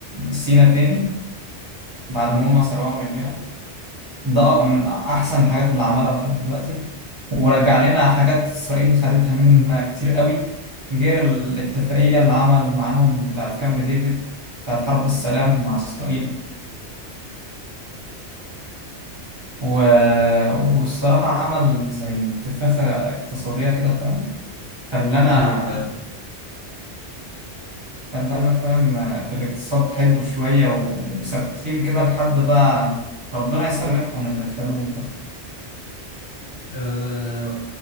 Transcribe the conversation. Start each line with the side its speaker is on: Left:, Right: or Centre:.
Right: سينا تاني بعد
Left: امم
Right: ما هم سرقوها مننا ده آه، من احسن الحاجات اللي عملها لحد دلوقتي ورجع لنا حاجات اسرائيل خدتها منا كتير قوي غير الاتفاقية اللي عمل معاهم بتاعت كامب ديفيد بتاعت حرب السلام مع اسرائيل و... والصراحة عمل زي انتفاخة اقتصادية كده فاهم خلانا
Left: ايوه فعلا
Right: خلانا فاهم في الاقتصاد حلو شوية وثابتين كده لحد بقى ربنا يسامحهم اللي اختلوه
Left: آه